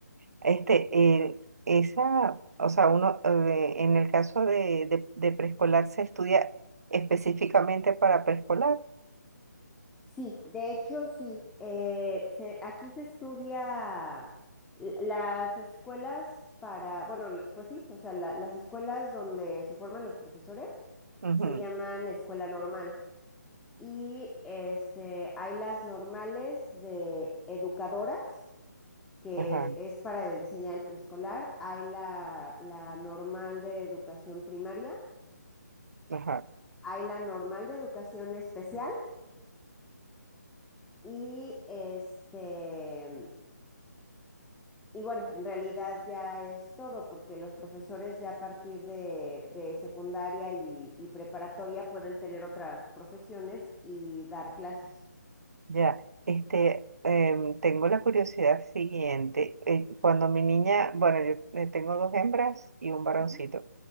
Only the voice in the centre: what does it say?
Sí, de hecho sí. Eh, se- aquí se estudia l- las escuelas para, bueno, l- pues sí, o sea, la- las escuelas donde se forman los profesores
se llaman escuela normal y este, hay las normales de educadoras, que
es, es para enseñar el preescolar, hay la, la normal de educación primaria,
hay la normal de educación especial y este... Y bueno, en realidad ya es todo, porque los profesores ya a partir de, de secundaria y, y preparatoria pueden tener otras profesiones y dar clases.
Ujú,